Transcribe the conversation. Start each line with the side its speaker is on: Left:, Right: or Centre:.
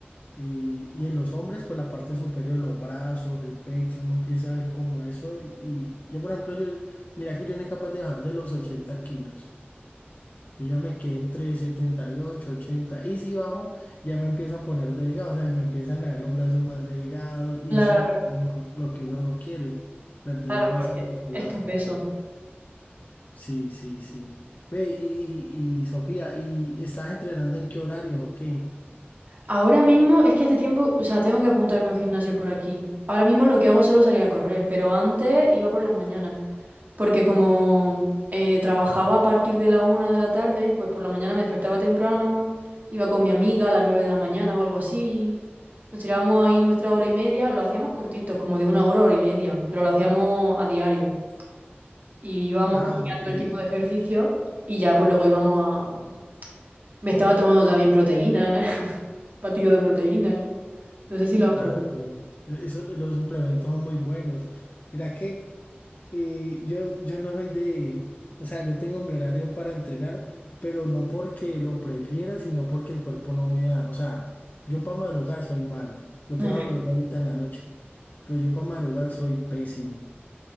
Left: Y, y en los hombres, pues la parte superior, los brazos, el pecho, uno empieza a ver como eso. Y yo, por ejemplo, yo, mira que yo no soy capaz de bajar de los 80 kilos. Yo ya me quedé entre 78, 80 y si bajo ya me empiezo a poner delgado, o sea, me empiezan a ver los brazos más delgados y
Right: Claro,
Left: eso es lo que uno, lo que uno no quiere, perder
Right: claro,
Left: masa
Right: porque
Left: muscular.
Right: es tu peso.
Left: Sí, sí, sí. Ve, y, y Sofía, ¿y estás entrenando en qué horarios o qué?
Right: Ahora mismo es que hace tiempo, o sea, tengo que apuntarme a un gimnasio por aquí. Ahora mismo lo que hago es solo salir a correr, pero antes iba por las mañanas. Porque como eh, trabajaba a partir de la una de la tarde, pues por la mañana me despertaba temprano, iba con mi amiga a las nueve de la mañana o algo así. Nos tirábamos ahí nuestra hora y media, lo hacíamos cortitos, como de una hora, hora y media, pero lo hacíamos a diario. Y íbamos
Left: Ah,
Right: cambiando
Left: ok.
Right: el tipo de ejercicio y ya pues luego íbamos me estaba tomando también proteína, <laughs> batido de proteína. No sé si lo has
Left: Ah,
Right: probado.
Left: sí. Eso, los suplementos son muy buenos. Mira que Y yo, yo no soy de, o sea, yo tengo mi horario para entrenar, pero no porque lo prefiera, sino porque el cuerpo no me da. O sea, yo para madrugar soy malo. Yo
Right: Eh.
Left: por eso lo veo ahorita en la noche. Pero yo para madrugar soy pésimo.